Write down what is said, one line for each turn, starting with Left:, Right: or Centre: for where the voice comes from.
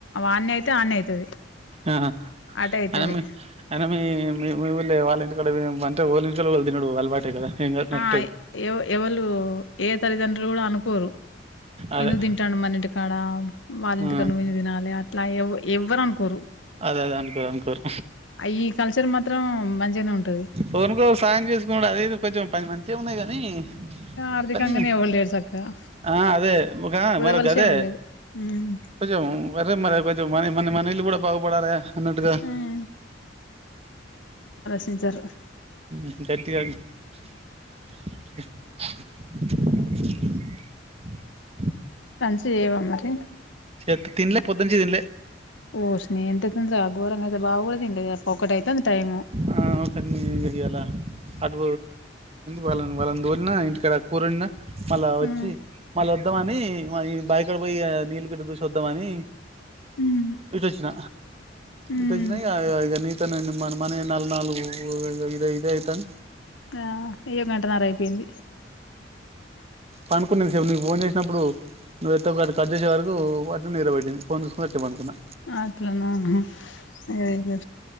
Left: ఆన్న అయితే ఆన్న అయితది
Right: ఆ
Left: అటే అయితది
Right: అయన మీ అయన మీళ్ళ వాళ్ళ ఇంటికాడ నడు తినడు అల్వాటే కదా <unintelligible> నడుత్తది
Left: ఆ ఎవ ఎవళ ఏ తల్లిదండ్రులన కూడా అనుకోరు
Right: అదే
Left: ఎందు తింటాను మన్నిటి కాడా వాళ్ళింటి
Right: ఆ
Left: కనుుపించని తినాలి అట్లా ఎవ ఎవ్వరును కోరు
Right: అదే అదే అనుకోరు అనుకోరు
Left: ఈ కల్చర్ మాత్రం మంచిగానే ఉంటది
Right: కొనుకో సహాయం కూడా అది ఇది కొంచెం పది మంచి ఉన్నాయి కదా హు
Left: ఆర్థికంగానే
Right: కానీ
Left: ఎవరు లేరు చక్కగా
Right: ఆ అదే ఒక
Left: బుదవలిసి
Right: మర అదే
Left: ఎవరు లేడు హ్మ్
Right: కొంచెం మర కొంచెం మనీ మన ఇల్లు కూడా పడాల అన్నటుగా
Left: హ్మ్ చింజర్ <unintelligible>
Right: ఇంకారిటి కా <unintelligible>
Left: సంచి చేయవా మరి
Right: చేత్తో తినలే పొద్దున్నుంచి తినలే
Left: ఓసిని ఎంత ఘోరంగా బావ కూడా తినలేదు కదా ఒకటైతే టైం
Right: ఆ ఒకని ఇయ్యాల అటు వాళ్ళ వాళ్ళని తోలిన ఇంటికడ కూరడినా మళ్ళా
Left: హ్మ్
Right: వచ్చి మళ్ళ వద్దామ అని ఈ బావిక్కడ పోయి ఆ నీళ్ళ గిడ్ చూసి వద్దాంమని
Left: హ్మ్
Right: ఇటుచ్చిన
Left: హ్మ్
Right: ఇటు వచ్చిన ఇ ఇ నీతానే మన నల్ నాలుగు ఇ ఇదే కుతం
Left: ఆ అయ్యో గంటన్నర అయిపోయింది
Right: పనుకున్నా ఇంతసేపు నువ్వు ఫోన్ చేసినప్పుడు నువ్వు ఎ <unintelligible> ఒక కట్ చేసే వరకు అట్నే పెట్టింది ఫోన్ చూసుకుంట అట్నె పనుకున్నా
Left: అట్లనా హ అదే లే